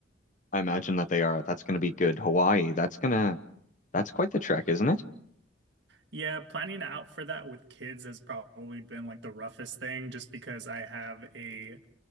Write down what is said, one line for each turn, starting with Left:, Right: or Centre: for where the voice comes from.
Left: I imagine that they are. That's going to be good. Hawaii, that's gonna, that's quite the trek, isn't it?
Right: Yeah, planning out for that with kids has probably been like the roughest thing just because I have a